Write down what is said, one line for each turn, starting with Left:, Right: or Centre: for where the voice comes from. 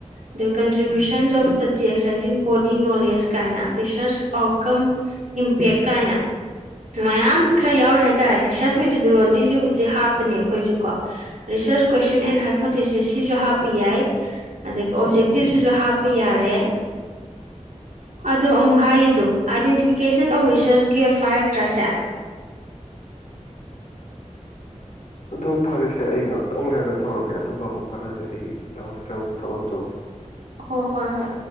Right: ꯑꯗ contributions of study existing body knowledge ꯀꯥꯏꯅ ꯔꯤꯁꯔꯁ ꯑꯥꯎꯠꯀꯝ ꯏꯝꯄꯦꯛ ꯀꯥꯏꯅ ꯃꯌꯥꯝ ꯈꯔ ꯌꯥꯎꯔꯤꯦ ꯍꯥꯏꯇꯥꯔꯦ ꯔꯤꯁꯔꯁ ꯃꯦꯊꯗꯣꯂꯣꯖꯤꯁꯤ ꯍꯧꯖꯤꯛ ꯍꯥꯞꯄꯅꯦ ꯑꯩꯈꯣꯏꯁꯨꯀꯣ ꯔꯤꯁꯔꯁ ꯀꯣꯏꯁꯟ ꯑꯦꯟ ꯍꯥꯏꯐꯣꯇꯤꯁꯤꯁ ꯁꯤꯁꯨ ꯍꯥꯞꯄ ꯌꯥꯏ ꯑꯗꯒꯤ ꯑꯣꯞꯖꯦꯛꯇꯤꯞꯁꯤꯁꯨ ꯍꯥꯞꯄ ꯌꯥꯔꯦ ꯑ ꯑꯃꯨꯛ ꯍꯥꯏꯔꯤꯗꯨꯣ ꯑꯥꯏꯗꯦꯟꯇꯤꯐꯤꯀꯦꯁꯟ ꯑꯣꯐ ꯔꯤꯁꯔꯁ ꯒꯦꯞ ꯍꯥꯏꯔꯛꯇ꯭ꯔꯁꯦ
Left: ꯑꯗꯨ ꯐꯔꯦꯁꯦ ꯑꯩ ꯉꯥꯛꯇꯪ ꯂꯩꯔꯒ ꯇꯧꯔꯛꯀꯦ ꯑꯗꯨꯒ ꯑꯃꯨꯛ ꯍꯟꯅꯁꯦ ꯑꯩ ꯇꯪꯈꯤ ꯊꯕꯛ ꯑꯃ ꯆꯧꯒꯦ
Right: ꯍ ꯍꯣꯏ ꯍꯣꯏ